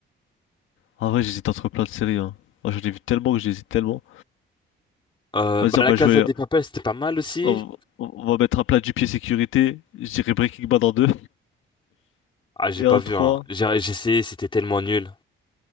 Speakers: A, on the left (about 85°); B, on the left (about 25°).
A: En vrai, j'hésite entre plein de séries. Hein. Moi, j'en ai vu tellement que j'hésite tellement.
B: Euh,
A: Vas-y,
B: bah,
A: on
B: la
A: va
B: Casa
A: jouer.
B: des Papel, c'était pas mal aussi.
A: On, on va mettre un plat du pied sécurité. Je dirais Breaking Bad en 2
B: Ah, j'ai
A: et
B: pas
A: en
B: vu,
A: trois
B: hein. J'ai j'ai essayé, c'était tellement nul.